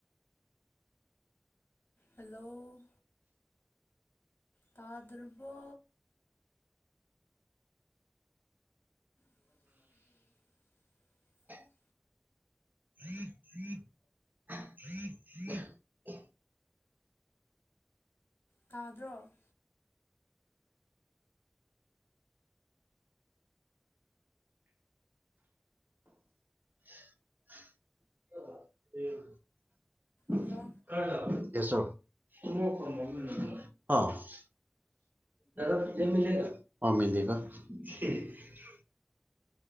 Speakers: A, on the left; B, on the right.
A: ꯍꯜꯂꯣ ꯇꯥꯗ꯭ꯔꯕꯣ <inaudible>
B: <inaudible> <inaudible>
A: ꯇꯥꯗ꯭ꯔꯣ
B: <unintelligible>
A: ꯍꯜꯂꯣ
B: <unintelligible> <unintelligible>